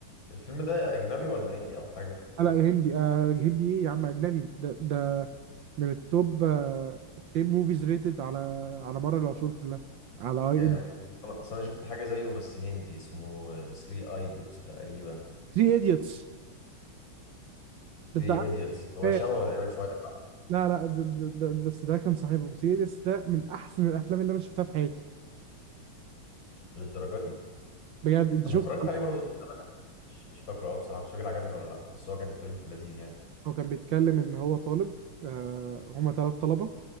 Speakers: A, on the left; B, on the right.
A: الفيلم ده اجنبي ولا هندي او حاجه
B: آه لا يا هندي آه هندي ايه يا عم اجنبي ده ده من التوب آه، 10 موفيز ريتد على على مر العصور كلها على اي
A: جامد
B: ام
A: انا اصلا شفت حاجه زيه بس هندي اسمه 3 ايدوتس تقريبا
B: 3 ايديوتس
A: 3
B: ده انت عارف
A: ايديتس هو
B: إيه؟
A: شبهه تقريبا شويه صح
B: لا لا ده ده ده بس ده كان صاحبهم 3 ايديوتس ده من احسن الافلام اللي انا شفتها في حياتي
A: للدرجه دي
B: بجد انت
A: انا
B: شفت
A: اتفرجت عليه برضه بس زمان أوي. مش مش فاكره قوي بصراحه مش فاكر عجبني ولا لا بس هو كان الفيلم في اللذيذ يعني
B: هو كان بيتكلم ان هو طالب آه هما ثلاث طلبه